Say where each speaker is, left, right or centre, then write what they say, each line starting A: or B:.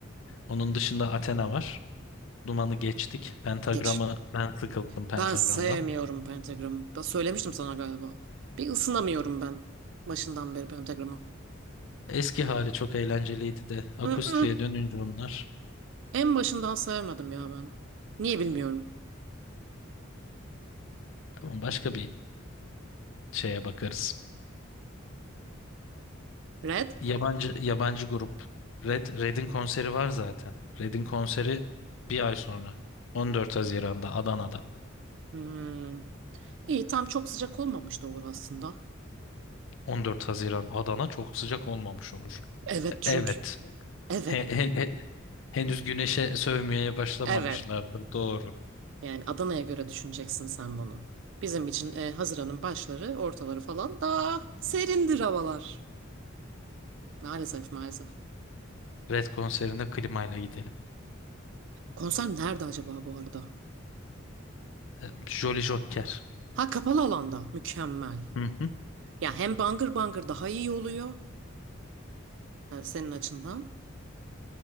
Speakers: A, on the left; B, on the right.
A: Onun dışında Athena var. Duman'ı geçtik. Pentagram'ı
B: Geç.
A: ben sıkıldım Pentagram'dan.
B: Ben sevmiyorum Pentagram'ı. Ben söylemiştim sana galiba. Bir ısınamıyorum ben başından beri Pentagram'ı.
A: Eski hali çok eğlenceliydi de akustiğe
B: Mm-mm.
A: dönünce onlar.
B: En başından sevmedim ya ben. Niye bilmiyorum.
A: Tamam başka bir şeye bakarız.
B: Red?
A: Yabancı yabancı grup. Red Red'in konseri var zaten. Red'in konseri bir ay sonra. 14 Haziran'da Adana'da.
B: Hmm. İyi tam çok sıcak olmamış da olur aslında.
A: 14 Haziran Adana çok sıcak olmamış olur.
B: Evet çünkü.
A: Evet.
B: Evet.
A: He- he- he- henüz güneşe sövmeye başlamamışlardır.
B: Evet.
A: Doğru.
B: Yani Adana'ya göre düşüneceksin sen bunu. Bizim için e, Haziran'ın başları, ortaları falan daha serindir havalar. Maalesef maalesef.
A: Red konserine klimayla gidelim.
B: Konser nerede acaba bu arada?
A: E, Jolly Joker.
B: Ha kapalı alanda. Mükemmel.
A: Hı hı.
B: Ya hem bangır bangır daha iyi oluyor e, senin açından.